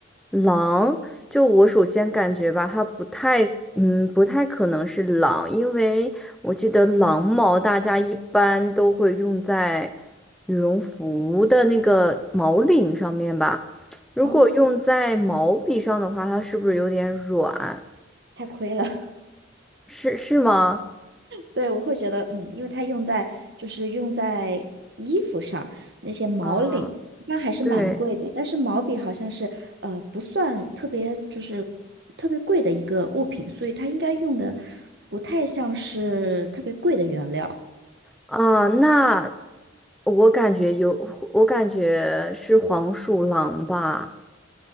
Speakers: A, in the centre; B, on the right.
A: 狼，就我首先感觉吧，它不太，嗯，不太可能是狼，因为我记得狼毛大家一般都会用在羽绒服的那个毛领上面吧。如果用在毛笔上的话，
B: 哦，
A: 它是不是有点软？
B: 太亏了。<laughs>
A: 是是吗？
B: 对，我会觉得，嗯，因为它用在就是用在衣服上，那些毛领那还是蛮贵的，
A: 啊，对
B: 但是毛笔好像是呃不算特别就是特别贵的一个物品，所以它应该用的不太像是特别贵的原料。
A: 啊，那我感觉有，我感觉是黄鼠狼吧。